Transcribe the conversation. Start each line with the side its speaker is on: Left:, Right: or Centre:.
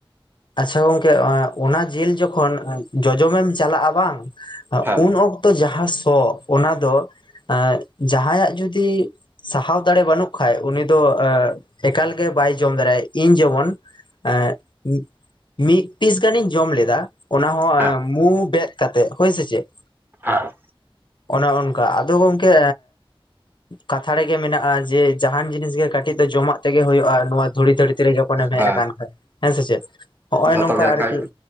Left: ᱟᱪᱷᱟ ᱜᱚᱝᱠᱮ ᱚᱱᱟ ᱡᱤᱞ ᱡᱚᱠᱷ ᱠᱷᱚᱱ ᱡᱚᱡᱚᱢᱮᱢ ᱪᱟᱞᱟᱜᱼᱟ ᱵᱟᱝ
Right: ᱦᱮᱸ
Left: ᱩᱱ ᱚᱠᱛᱚ ᱡᱟᱦᱟᱸ ᱥᱚ, ᱚᱱᱟ ᱫᱚ ᱮᱸᱜ ᱡᱟᱦᱟᱭᱟᱜ ᱡᱩᱫᱤ ᱥᱟᱦᱟᱣ ᱫᱟᱲᱮ ᱵᱟᱹᱱᱩᱜ ᱠᱷᱟᱡ ᱩᱱᱤ ᱫᱚ ᱮᱠᱟᱞᱜᱮ ᱵᱟᱭ ᱡᱚᱢ ᱫᱟᱲᱮᱭᱟᱜᱼᱟ ᱤᱧ ᱡᱮᱢᱚᱱ ᱮᱸᱜ ᱢᱤᱫ ᱯᱤᱥ ᱜᱟᱱᱤᱧ ᱡᱚᱢ ᱞᱮᱫᱟ ᱚᱱᱟ ᱦᱚᱸ
Right: ᱦᱮᱸ
Left: ᱢᱩᱸ ᱵᱮᱫ ᱠᱟᱛᱮᱜ ᱦᱳᱭ ᱥᱮ ᱪᱮᱫ?
Right: ᱟᱸᱫ
Left: ᱚᱱᱮ ᱚᱱᱠᱟ ᱟᱫᱚ ᱜᱚᱝᱠᱮ᱾ ᱠᱟᱛᱷᱟ ᱨᱮᱜᱮ ᱢᱮᱱᱟᱜ-ᱟ ᱡᱮ ᱡᱟᱦᱟᱱ ᱡᱤᱱᱤᱥ ᱜᱮ ᱠᱟᱹᱴᱤᱡ ᱫᱚ ᱡᱚᱢᱟᱜ ᱛᱮᱜᱮ ᱦᱩᱭᱩᱜ-ᱟ᱾ ᱱᱚᱣᱟ ᱫᱷᱩᱲᱤ ᱫᱷᱟᱹᱨᱛᱤ ᱨᱮᱢ ᱡᱚᱠᱷᱚᱱᱮᱢ ᱦᱮᱡ
Right: ᱦᱮᱸ ᱦᱮᱸ
Left: ᱟᱠᱟᱱ ᱠᱷᱟᱡ ᱦᱮᱸ ᱥᱮ ᱪᱮ ᱱᱚᱜ-ᱚᱭ
Right: ᱡᱷᱚᱛᱚ
Left: ᱱᱚᱝᱠᱟ
Right: ᱜᱮ
Left: ᱟᱨᱠᱤ
Right: ᱠᱷᱟᱡ